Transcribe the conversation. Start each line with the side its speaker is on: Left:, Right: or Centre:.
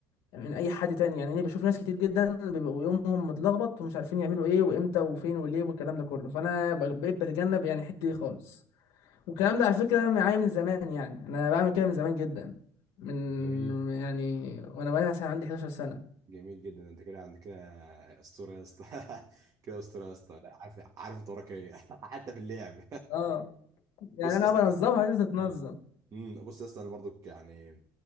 Left: من اي حد تاني يعني انا بشوف ناس كتير جدا بيبقوا يومهم متلخبط ومش عارفين يعملوا ايه وامتى وفين وليه والكلام ده كله فانا بقيت بتجنب يعني الحته دي خالص والكلام ده على فكرة معايا من زمان يعني أنا بعمل كده من زمان جدا من
Right: جميل
Left: يعني وأنا بقى مثلا عندي 11 سنة
Right: جميل جدا انت كده عندك كده اسطوره يا اسطى <laughs> كده اسطوره يا اسطى لا، عارف عارف انت وراك ايه <laughs> حتى في اللعب
Left: اه
Right: <laughs>
Left: يعني
Right: بص
Left: أنا
Right: يا اسطى
Left: اه بنظمها لازم تتنظم
Right: اه امم بص يا اسطى انا برضو يعني